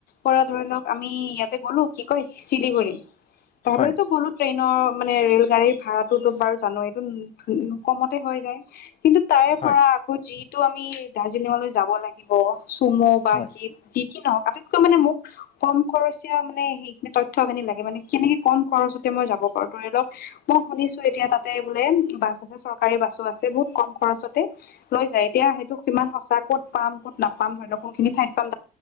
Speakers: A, on the left; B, on the left.
A: পৰা ধৰি লওক আমি ইয়াতে গ'লো কি কয় শিলিগুৰি তালৈতো
B: হয়
A: গ'লো। ট্ৰেইনৰ মানে ৰেল গাড়ীৰ ভাড়াটোতো বাৰু জানো এইটো কমতে হৈ যায়। কিন্তু তাৰে
B: হয়
A: পৰা আকৌ যিটো আমি দাৰ্জিলিঙলৈ যাব লাগে চুমু বা
B: হয়
A: কি
B: হয়
A: যি কি নহওক আটাইতকৈ মানে মোক কম খৰচীয়া মানে সেইখিনি তথ্যখিনি লাগে মানে কেনেকে কম খৰচতে মই যাব পাৰো ধৰি লওক মই শুনিছো এতিয়া তা তে বোলে বাছ আছে চৰকাৰী বাছো আছে বহুত কম খৰচতে লৈ যায় এতিয়া সেইটো সমান সঁচা ক'ত পাম ক'ত নাপাম ধৰি লওক কোনখিনি ঠাইত পাম